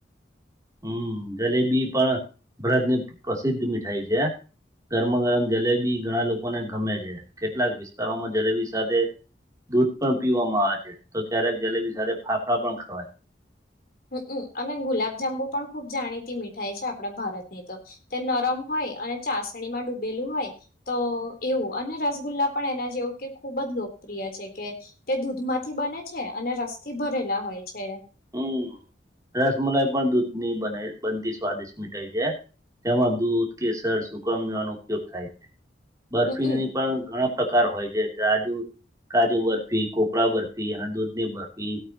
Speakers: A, on the right; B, on the left.
A: હમ, જલેબી પણ ભ્રાતની પ્રસિદ્ધ મીઠાઈ છે. ગરમાં-ગરમ જલેબી ઘણા લોકોને ગમે છે. કેટલાક વિસ્તારોમાં જલેબી સાથે દૂધ પણ પીવામાં આવે છે, તો ક્યારેક જલેબી સાથે ફાફડા પણ ખવાય.
B: હમઅ અને ગુલાબ-જાંબુ પણ ખુબ જાણીતી મીઠાઈ છે, આપડા ભારતની તો તે નરમ હોય <unintelligible> અને ચાસણીમાં ડૂબેલું હોય તો એવું અને રસગુલ્લા પણ એના જેવું કે ખુબ જ લોકપ્રિય છે કે, તે દૂધ માંથી બને છે અને રસથી ભરેલા હોય છે.
A: હમ્મ રસમલાઈ પણ દૂધની બના બનતી સ્વાદિષ્ટ મિઠાઈ છે. તેમાં દૂધ, કેસર, સૂકામેવાનો ઉપયોગ થાય છે બર્ફીની
B: હમમ
A: પણ ઘણા. પ્રકાર હોય છે, તાજુ કાજુ બરફી, કોપરા બરફી અન દૂધની બરફી